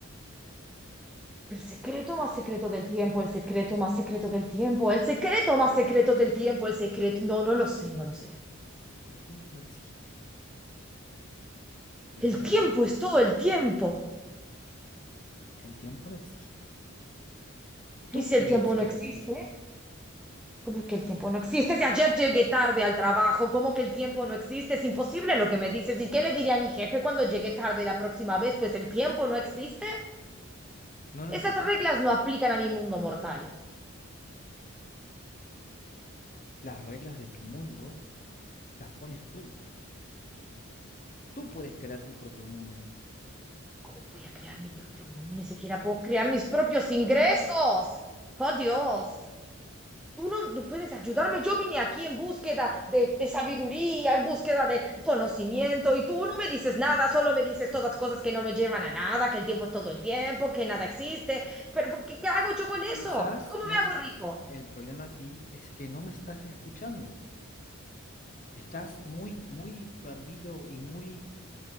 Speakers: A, in the centre; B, on the left.
A: El secreto más secreto del tiempo, el secreto más secreto del tiempo, el secreto más secreto del tiempo, el secreto... No, no lo sé, no lo sé.
B: El tiempo no existe. El
A: El
B: tiempo,
A: tiempo es todo el tiempo.
B: el tiempo no existe. Tú
A: Y si
B: crees
A: el tiempo
B: que
A: no existe,
B: existe.
A: ¿cómo que el tiempo no existe? Si ayer llegué tarde al trabajo, ¿cómo que el tiempo no existe? Es imposible lo que me dices. ¿Y qué le diré a mi jefe cuando llegue tarde la próxima vez? Pues el tiempo no existe.
B: No necesitas
A: Esas reglas no aplican a mi mundo mortal.
B: las reglas de tu mundo, las pones tú. Tú puedes crear tu propio mundo.
A: ¿Cómo voy a crear mi propio mundo? Ni siquiera puedo crear mis propios ingresos. ¡Oh, Dios! Uno no puedes ayudarme. Yo vine aquí en búsqueda de, de sabiduría, en búsqueda de conocimiento, y tú no me dices nada, solo me dices todas cosas que no me llevan a nada, que el tiempo es todo el tiempo, que nada existe. Pero ¿qué, qué hago yo con eso?
B: Quizás
A: ¿Cómo
B: no,
A: me
B: s-
A: hago rico?
B: el problema aquí es que no me estás escuchando. Estás muy, muy perdido y muy